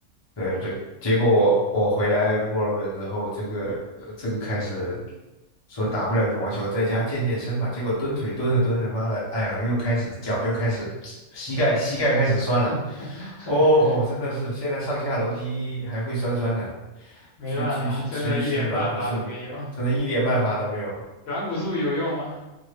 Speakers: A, on the left (about 25°); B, on the left (about 60°).
A: 对，这结果我我回来墨尔本之后，这个呃这个开始说打不了羽毛球，在家健健身吧。结果蹲腿蹲着蹲着，妈的，哎呀，又开始脚又开始膝盖膝盖开始酸了。
B: <laughs>
A: 哦，真的是现在上下楼梯还会酸酸的，
B: 没办法，
A: 去去去吃一吃软骨素，
B: 真的一点办法都没有。
A: 真的一点办法都没有。
B: 软骨素有用吗？